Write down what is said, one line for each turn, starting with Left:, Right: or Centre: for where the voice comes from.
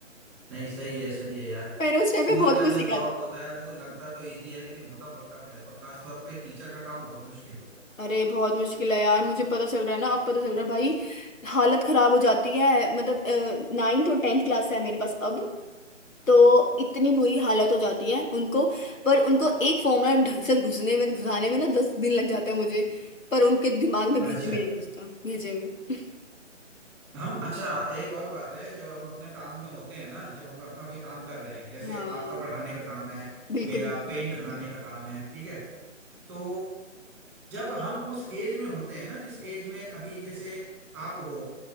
Centre: नहीं सही है सही है यार
Left: मैंने उस टाइम
Centre: स्कूल
Left: पे बहुत
Centre: का
Left: कुछ
Centre: जो
Left: सीखा
Centre: जॉब
Left: था
Centre: होता है वो लगता तो इजी है लेकिन होता बहुत टफ है और खास तौर पे टीचर का काम बहुत मुश्किल होता है
Left: अरे बहुत मुश्किल है यार मुझे पता चल रहा है ना अब पता चल रहा है भाई हालत खराब हो जाती है मतलब नाइन्थ और टेंथ क्लास है मेरे पास अब तो इतनी बुरी हालत हो जाती है उनको पर उनको
Centre: हाँ,
Left: एक फॉर्मूला ढंग से घुसने में घुसाने में ना दस दिन लग जाते हैं मुझे पर उनके दिमाग में भेजे
Centre: अच्छा
Left: में नहीं घुसता भेजे में
Centre: हम अच्छा एक और बात है जब हम अपने काम में होते हैं ना जब हम अपना कोई काम कर रहे हैं जैसे
Left: हाँ
Centre: आपका पढ़ाने का काम है
Left: बिल्कुल
Centre: मेरा
Left: बिल्कुल
Centre: पेंट बनाने का काम है ठीक है तो जब हम उस एज में होते हैं ना जिस एज में अभी जैसे आप हो